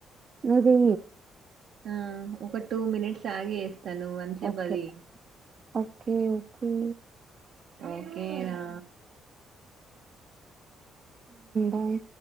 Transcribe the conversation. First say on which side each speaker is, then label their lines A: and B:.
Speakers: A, on the right; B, on the right.
A: నదీ
B: ఆ ఒక టూ మినిట్స్ ఆగి వేస్తాను మంచి
A: ఓకే
B: పది
A: ఓకే ఓకే
B: ఓకేనా
A: బాయ్